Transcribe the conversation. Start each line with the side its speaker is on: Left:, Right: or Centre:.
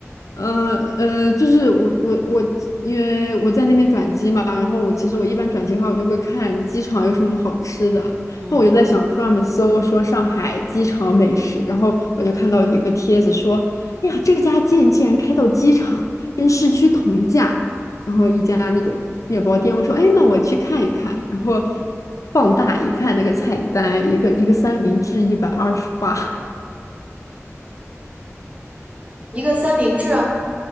Left: 呃呃，就是我我我，因为我在那边转机嘛，然后我其实我一般转机的话，我就会看机场有什么好吃的，然后我就在小红书上面搜说上海机场美食，
Right: 嗯，
Left: 然后我就看到有一个帖子说，哎呀，这家店竟然开到机场，跟市区同价，然后一家那种面包店，我说，哎，那我去看一看，然后放大一看那个菜单，一个一个三明治一百二十八，
Right: 一个三明治啊，